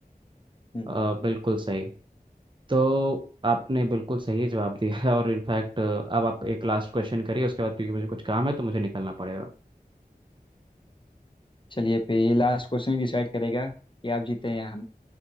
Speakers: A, on the left; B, on the right.
A: हम्म,
B: अ, बिल्कुल सही तो आपने बिल्कुल सही जवाब दिया है और इनफैक्ट अब आप एक लास्ट क्वेश्चन करिए उसके बाद क्योंकि मुझे कुछ काम है तो मुझे निकलना पड़ेगा
A: चलिए फिर ये लास्ट क्वेश्चन ही डिसाइड करेगा कि आप जीते हैं या हम